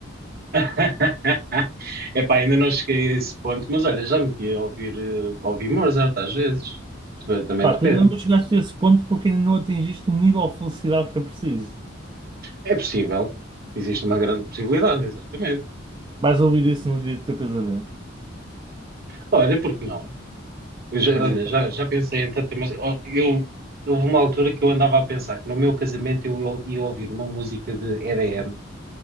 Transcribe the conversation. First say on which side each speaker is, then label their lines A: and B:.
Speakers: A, on the right (about 50°); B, on the right (about 25°).
A: <laughs> Epá, ainda não cheguei a esse ponto, mas olha, já meti a ouvir, eh, a ouvir Mozart às vezes. Também também
B: Pá,
A: depende.
B: tu ainda não chegaste a esse ponto porque ainda não atingiste o nível de felicidade que é preciso.
A: É possível. Existe uma grande possibilidade, exatamente.
B: Vais ouvir isso no dia do teu casamento.
A: Olha, porque não? Eu já,
B: Estás
A: olha,
B: a ver?
A: já, já pensei em tanta, mas ó, eu, houve uma altura que eu andava a pensar que no meu casamento eu ia ia ouvir uma música de EDM